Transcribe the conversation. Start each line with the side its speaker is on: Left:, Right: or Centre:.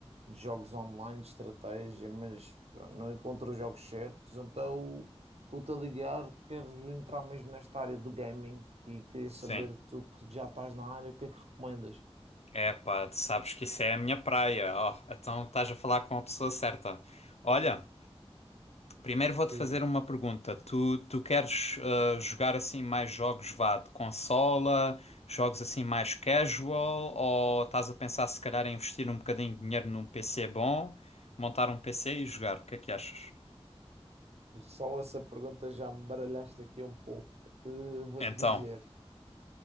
Right: de jogos online, de estratégia, mas pá, não encontro os jogos certos, então estou-te a ligar, quero entrar mesmo nesta área do gaming e queria saber,
Left: sim.
Right: tu que já estás na área, o que é que recomendas?
Left: É pá, sabes que isso é a minha praia. Oh, então estás a falar com a pessoa certa. Olha, primeiro vou-te
Right: Diz-me.
Left: fazer uma pergunta. Tu, tu queres eh, jogar assim mais jogos, vá, de consola, jogos assim mais casual, ou estás a pensar se calhar em investir um bocadinho de dinheiro num PC bom, montar um PC e jogar? O que é que achas?
Right: Só essa pergunta já me baralhaste aqui um pouco. Eh, vou-te
Left: Então,
Right: dizer.